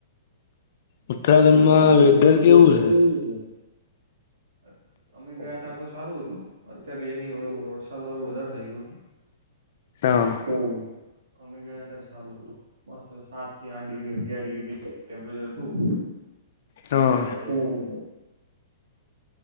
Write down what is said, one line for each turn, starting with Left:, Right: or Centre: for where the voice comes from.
Left: ઉત્તરાખંડમાં
Right: <unintelligible>
Left: વેધર કેવું છે
Right: અમે ગયા તાર તો સારું હતું અત્યારે એની વરસાદ વાળું વધારે થઇ ગયું છે.
Left: અ
Right: હમ્મ અમે ગયા ત્યારે સારું હતું બસ સાત થી આઠ ડિગ્રી અગિયાર ડિગ્રી ટેમ્પરેચર હતું.
Left: હા
Right: મજા આઈ